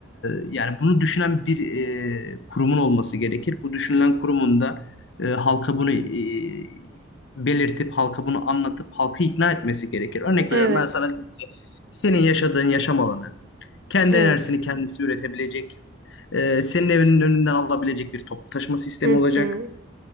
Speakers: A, on the left; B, on the right.
A: yani bunu düşünen bir e, kurumun olması gerekir. Bu düşünülen kurumun da e, halka bunu e, belirtip halka bunu anlatıp halkı ikna etmesi gerekir. Örnek
B: Evet.
A: veriyorum ben sana dedim ki senin yaşadığın yaşam alanı kendi
B: Evet.
A: enerjisini kendisi üretebilecek, e, senin evinin önünden alabilecek bir toplu taşıma sistemi
B: Hı
A: olacak.
B: hı.